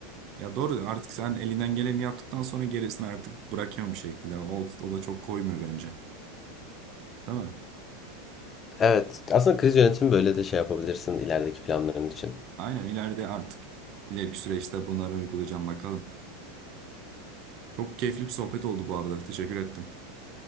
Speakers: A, on the right; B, on the left.
A: Ya doğru artık sen elinden geleni yaptıktan sonra gerisini artık bırakıyorsun bir şekilde. O, o da çok koymuyor bence. Değil mi?
B: Evet, aslında kriz yönetimi böyle de şey yapabilirsin ilerideki planların için.
A: Aynen ileride artık ileriki süreçte bunları uygulayacağım bakalım. Çok keyifli bir sohbet oldu bu arada. Teşekkür ettim.